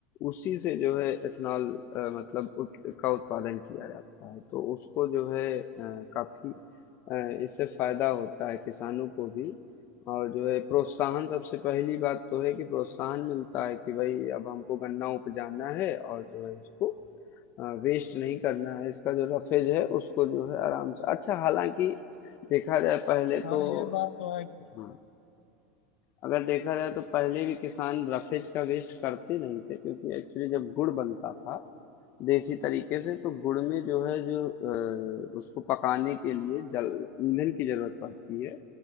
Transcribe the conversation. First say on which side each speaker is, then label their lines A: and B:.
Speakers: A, on the left; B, on the left.
A: उसी से जो है एथेनॉल अ, मतलब उत का उत्पादन किया जाता है। तो उसको जो है अ, काफ़ी अ, इससे फ़ायदा होता है किसानों को भी और जो है प्रोत्साहन सबसे पहली बात तो है कि प्रोत्साहन मिलता है कि भाई अब हमको गन्ना उपजाना है और जो है उसको वेस्ट नहीं करना है इसका जो रफेज है उसको जो है आराम से अच्छा हालांकि देखा जाए पहले
B: हाँ
A: तो
B: ये बात तो है
A: हाँ, अगर देखा जाए तो पहले भी किसान रफेज का वेस्ट करते नहीं थे क्योंकि एक्चुअली जब गुड़ बनता था देसी तरीके से तो गुड़ में जो है जो अ, उसको पकाने के लिए जल ईंधन की जरूरत पड़ती है